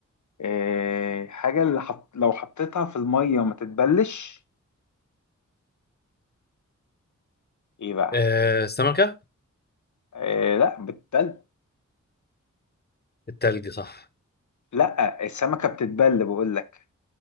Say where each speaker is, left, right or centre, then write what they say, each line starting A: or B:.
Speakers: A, on the left (about 70°); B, on the left (about 30°).
A: آه، حاجة اللي حط... لو حطيتها في المية ما تتبلش ايه بقى
B: آه السمكه
A: آه، لا بتتل
B: التلج صح
A: لا السمكة بتتبل بقول لك